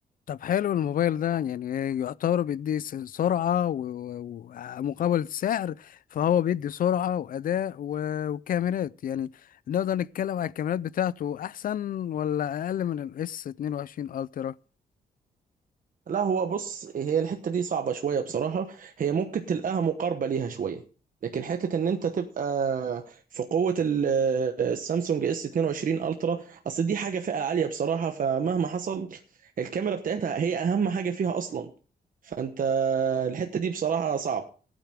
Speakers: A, on the left; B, on the right.
A: طب حلو الموبايل ده يعني يعتبر بيدي س- سرعة و- و- ومقابل السعر فهو بيدي سرعة وأداء و- وكاميرات يعني نقدر نتكلم على الكاميرات بتاعته أحسن ولا أقل من الاس 22 ألترا
B: لا هو بص هي الحتة دي صعبة شوية بصراحة هي ممكن تلقاها مقاربة ليها شوية لكن حتة ان انت تبقى في قوة ال- آه، السامسونج اس 22 الترا اصل دي حاجة فئة عالية بصراحة فمهما حصل الكاميرا بتاعتها هي اهم حاجة فيها اصلا فانت الحتة دي بصراحة صعب